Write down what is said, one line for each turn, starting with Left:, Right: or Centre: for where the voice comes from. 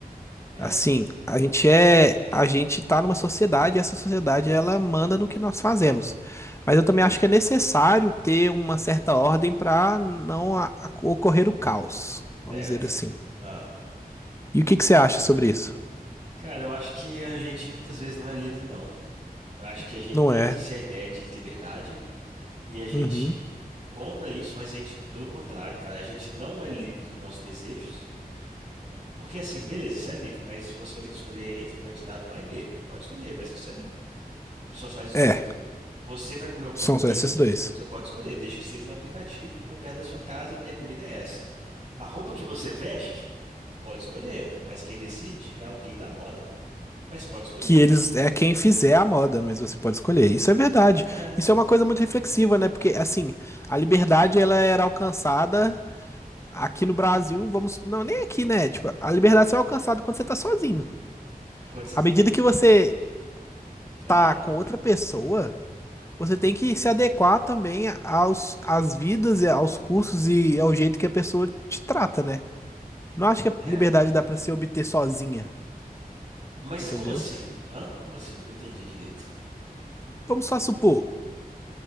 Right: É,
Left: Assim,
Right: também.
Left: a gente é, a gente tá numa sociedade, e essa sociedade ela manda no que nós fazemos. Mas eu também acho que é necessário ter uma certa ordem pra não a- a- ocorrer o caos, vamos
Right: Certo.
Left: dizer assim.
Right: Ah.
Left: E o que que você acha sobre isso?
Right: Cara, eu acho que a gente muitas vezes não é livre, não. Eu acho que a gente
Left: Não
Right: vende-se
Left: é?
Right: a ideia de liberdade e a gente
Left: Uhum.
Right: compra isso, mas a gente, pelo contrário, cara, a gente não é livre dos nossos desejos. Porque assim, beleza, você é livre, mas você vai ter que escolher entre o candidato A e B. Pode escolher, mas você é livre. Só faz os dois.
Left: É,
Right: Você vai comer alguma
Left: são
Right: coisa?
Left: só esses dois.
Right: Você pode escolher, desde que seja no aplicativo ou perto da sua casa e a comida é essa. A roupa que você veste, pode escolher, mas quem decide é alguém da moda. Mas pode escolher.
Left: que eles é quem fizer a moda, mas você pode escolher. Isso é verdade.
Right: É.
Left: Isso é uma coisa muito reflexiva, né? Porque assim, a liberdade ela era alcançada aqui no Brasil, vamos, não, nem aqui, né? Tipo, a liberdade só é alcançada quando você tá sozinho.
Right: Quando você...
Left: À medida que você
Right: Ah,
Left: tá com outra pessoa, você tem que se adequar também aos às vidas e aos cursos e ao jeito que a pessoa te trata, né? Não acho que a
Right: é.
Left: liberdade dá pra se obter sozinha,
Right: Mas
Left: entendeu?
Right: como assim? Hã? Como assim? Não entendi direito.
Left: Vamos só supor,